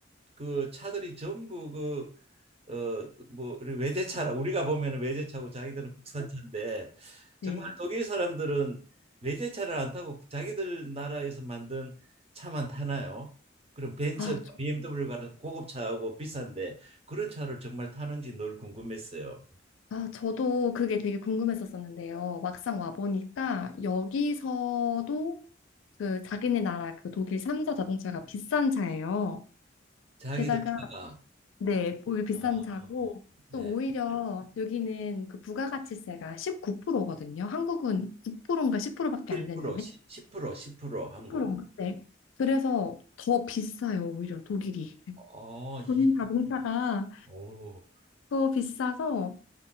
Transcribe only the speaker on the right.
그 차들이 전부 그 어뭐 외제차라 우리가 보면은 외제차고 자기들은 국산차인데
정말 독일 사람들은 외제차를 안 타고 자기들 나라에서 만든 차만 타나요? 그럼 벤츠나
BMW 같은 고급차하고 비싼데 그런 차를 정말 타는지 늘 궁금했어요.
자기들
차가
아,
예.
1%
10% 10% 한국은.
어, 이,
오,